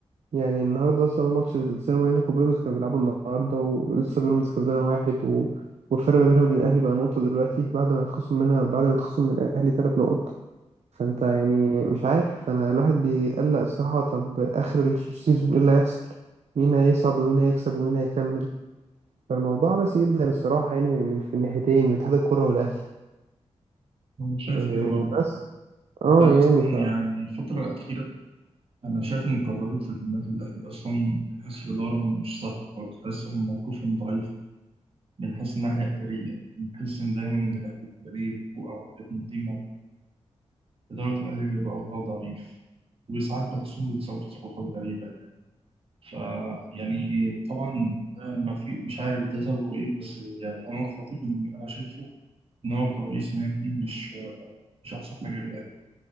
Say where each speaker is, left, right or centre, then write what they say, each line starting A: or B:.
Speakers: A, on the right (about 70°); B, on the right (about 55°).
A: يعني النهارده اصلا هو ماتش السينما هنا في بيراميدز كانوا بيلعبوا النهارده ولسه بيراميدز كسبانه واحد و... والفرق ما بينها وبين الاهلي بقى نقطه دلوقتي بعد ما يتخصم منها بعد ما يتخصم من الاهلي ثلاث نقط فانت يعني مش عارف انا الواحد بيقلق الصراحه طب اخر السيزون ايه اللي هيحصل مين هيصعد ومين هيكسب ومين هيكمل فالموضوع بس جدا الصراحه يعني من من في الناحيتين من اتحاد الكره والاهلي
B: أنا شايف
A: مم.
B: كده برضه
A: آه، بس اه
B: أنت أصلا
A: يعني ف
B: يعني الفترة الأخيرة أنا شايف إن قرارات النادي الأهلي أصلا من حيث الإدارة مش صح خالص تحسهم موقفهم ضعيف من حيث الناحية الإدارية يعني بحس إن دايما إن الأهلي بيبقى ليه حقوق أو حاجات من دي إدارة الأهلي بيبقى برضه ضعيف وساعات بحسهم بيتصرفوا تصرفات غريبة يعني ف يعني طبعا ده ما في مش عارف ده سببه إيه بس يعني أنا الخطيب إن أنا شايفه إن هو كرئيس نادي مش مش أحسن حاجة للأهلي